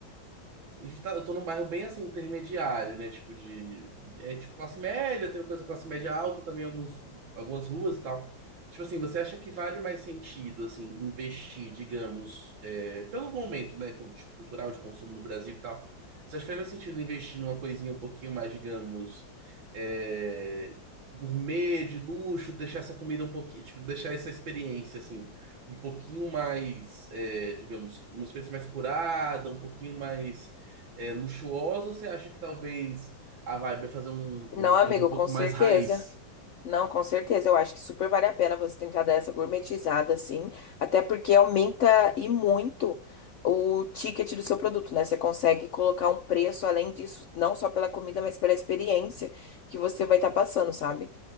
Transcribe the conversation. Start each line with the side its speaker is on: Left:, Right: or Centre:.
Right: A gente tá- Eu tô num bairro bem assim, intermediário, né? Tipo de. É tipo classe média, tem coisa de classe média alta também, alguns, algumas ruas e tal. Tipo assim, você acha que vale mais sentido, assim, investir, digamos, é, pelo momento, né? com- Tipo, cultural de consumo no Brasil e tal. Você acha que faz mais sentido investir numa coisinha um pouquinho mais, digamos, é, gourmet, de luxo, deixar essa comida um pouquinho, tipo, deixar essa experiência, assim, um pouquinho mais, é, digamos, uma experiência mais curada, um pouquinho mais é, luxuosa ou você acha que talvez a vibe é fazer um- uma
Left: Não, amigo,
Right: coisa um pouco
Left: com certeza.
Right: mais raiz?
Left: Não, com certeza. Eu acho que super vale a pena você tentar dar essa gourmetizada, assim, até porque aumenta e muito o ticket do seu produto, né? Você consegue colocar um preço além disso, não só pela comida, mas pela experiência que você vai estar passando, sabe?